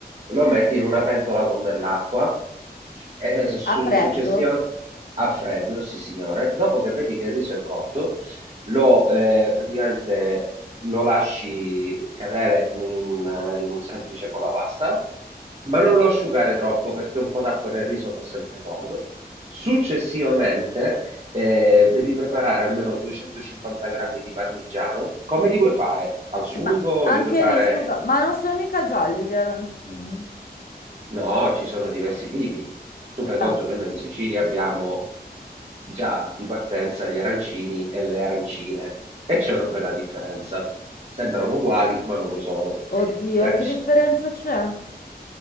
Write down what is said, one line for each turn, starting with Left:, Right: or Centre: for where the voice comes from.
Right: Lo metti in una pentola con dell'acqua e eh, su-
Left: A freddo?
Right: successiva a freddo, sì signore. Dopo che vedi che il riso è cotto, lo eh, praticamente lo lasci cadere in, un in un semplice colapasta, ma non lo asciugare troppo perché un po' d'acqua nel riso fa sempre comodo. Successivamente eh, devi preparare almeno 250 grammi di parmigiano. Come li vuoi fare? Al sugo?
Left: Eh, ma anche
Right: Li vuoi fare?
Left: lì, scusa, ma non sono mica gialli gli arancini?
Right: No, ci sono diversi tipi. Tu fai
Left: Ah,
Right: conto che noi in Sicilia abbiamo già di partenza gli arancini e le arancine e c'è una bella differenza. Sembrano uguali, ma non lo sono.
Left: oddio,
Right: Gli aranci-
Left: che differenza c'è?